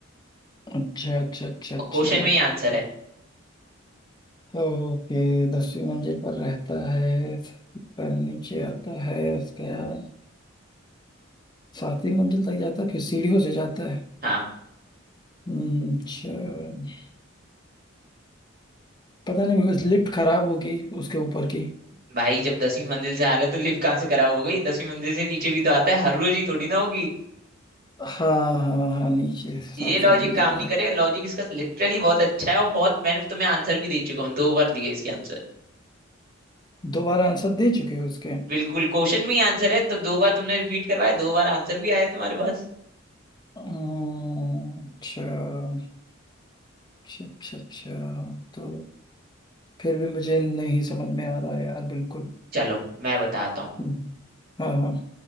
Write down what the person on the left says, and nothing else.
अच्छा अच्छा अच्छा अच्छा
ओके दसवीं मंजिल पर रहता है पर नीचे आता है उसके बाद सातवीं मंजिल तक जाता है फिर सीढ़ियों से जाता है
हम्म, अच्छा पता नहीं लिफ्ट खराब होगी उसके ऊपर की
हाँ हाँ हाँ नीचे सातवीं
मंजिल
पे
जाता
दोबारा आंसर दे चुके हो उसके
हम्म, अच्छा अच्छा अच्छा अच्छा तो फिर भी मुझे नहीं समझ में आ रहा है यार बिल्कुल
हम्म, हाँ हाँ